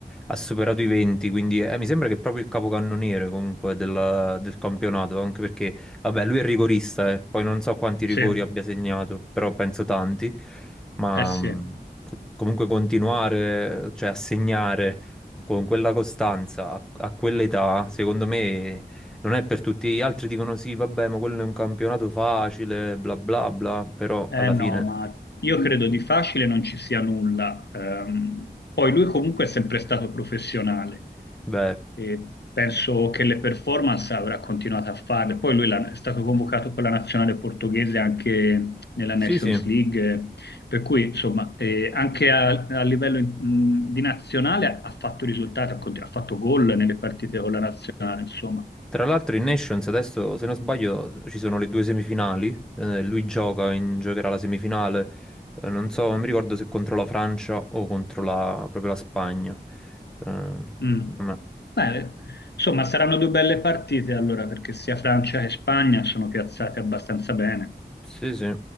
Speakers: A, in the centre; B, on the left (about 80°).
A: ha superato i 20, quindi eh, mi sembra che è proprio il capocannoniere comunque della- del campionato, anche perché, vabbè, lui è rigorista, eh. Poi non so quanti
B: Sì,
A: rigori
B: eh
A: abbia segnato, però penso tanti, ma
B: sì.
A: mh, comunque continuare, cioè a segnare con quella costanza a, a quell'età, secondo me non è per tutti. Gli altri dicono sì, vabbè, ma quello è un campionato facile, bla bla bla, però
B: Eh
A: alla
B: no,
A: fine...
B: ma io credo di facile non ci sia nulla. Ehm, poi lui comunque è sempre stato professionale
A: Vero.
B: e penso che le performance avrà continuato a farle. Poi lui l'ha- è stato convocato con la nazionale portoghese anche nella
A: Sì,
B: Nations
A: sì.
B: League, eh, per cui insomma eh, anche a, a livello mh, di nazionale ha fatto risultati, ha cont- ha fatto gol nelle partite con la nazionale, insomma.
A: Tra l'altro in Nations adesso, se non sbaglio, ci sono le due semifinali. Eh, lui gioca, in- giocherà la semifinale. Eh, non so, non mi ricordo se contro la Francia o contro la, proprio la Spagna. Eh,
B: Mm.
A: vabbè.
B: Beh, insomma, saranno due belle partite allora, perché sia Francia che Spagna sono piazzate abbastanza bene.
A: Sì, sì.